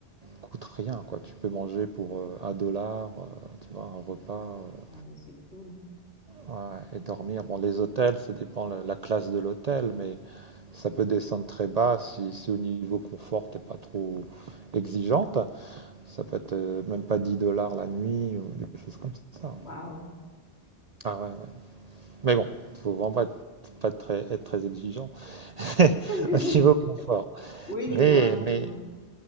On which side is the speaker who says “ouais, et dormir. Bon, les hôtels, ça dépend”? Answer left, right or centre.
Right